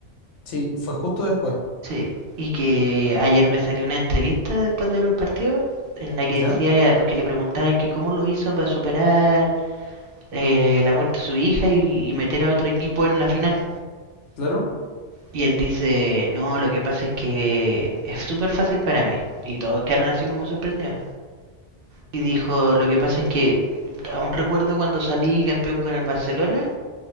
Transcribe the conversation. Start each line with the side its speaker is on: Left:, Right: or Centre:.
Left: Sí, fue justo después.
Right: Sí, y que ayer me salió una entrevista después del partido en la que
Left: ¿Ya?
Right: decía, porque le preguntaban que cómo lo hizo para superar eh, la muerte de su hija y, y meter a otro equipo en la final.
Left: Claro.
Right: Y él dice, no, lo que pasa es que es súper fácil para mí. Y todos quedaron así como sorprendidos. Y dijo, lo que pasa es que aún recuerdo cuando salí campeón con el Barcelona